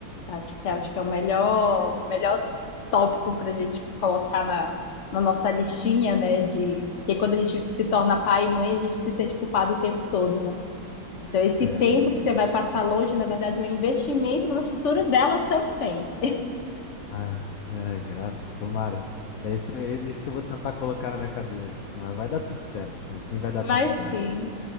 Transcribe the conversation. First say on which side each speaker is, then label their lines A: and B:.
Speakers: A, on the left; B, on the left.
A: Acho que
B: Isso.
A: acho que é o melhor, melhor tópico para a gente colocar na, na nossa listinha, né? De que quando a gente se torna pai e mãe, a gente se sente culpado o tempo todo, né? Então, esse
B: É
A: tempo
B: verdade.
A: que você vai passar longe, na verdade, é um investimento para o futuro dela também.
B: Ah, é, graças, tomara. É esse, é isso que eu vou tentar colocar na minha cabeça, mas vai dar tudo certo. No fim vai dar
A: Vai
B: tudo certo.
A: sim.